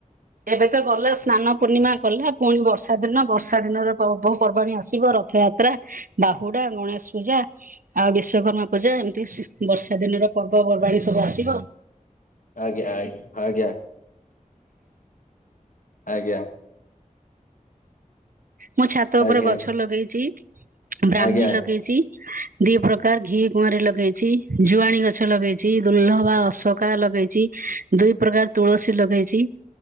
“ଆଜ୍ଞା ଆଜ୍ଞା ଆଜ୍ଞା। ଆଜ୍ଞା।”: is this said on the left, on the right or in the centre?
Left